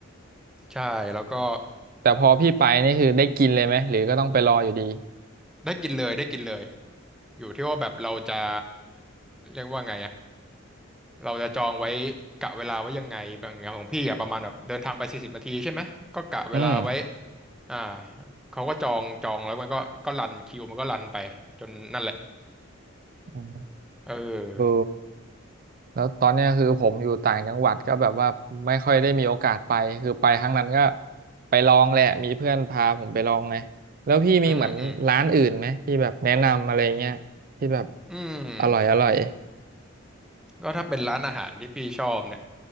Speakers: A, in the centre; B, on the right.
A: ใช่แล้วก็
B: แต่พอพี่ไปนี่คือได้กินเลยไหมหรือก็ต้องไปรออยู่ดี
A: ได้กินเลยได้กินเลย อยู่ที่ว่าแบบเราจะเรียกว่าไงอะเราจะจองไว้กะเวลาไว้ยังไงบางอย่างของพี่อะประมาณแบบเดินทางไปสี่สิบนาทีใช่ไหมก็กะเวลาไว้
B: อืม
A: อ่าเขาก็จองจองแล้วมันก็ก็รันคิวมันก็รันไปจนนั่นแหละ
B: อ๋อ
A: เออ
B: เออแล้วตอนเนี้ยคือผมอยู่ต่างจังหวัดก็แบบว่าไม่ค่อยได้มีโอกาสไปคือไปครั้งนั้นก็ไปลองแหละมีเพื่อนพาผมไปลองไงแล้วพี่มีเหมือนร้านอื่นไหมที่แบบแนะนำอะไรเงี้ยที่แบบ
A: อืมอืมอืม
B: อร่อยอร่อย
A: ก็ถ้าเป็นร้านอาหารที่พี่ชอบเนี่ย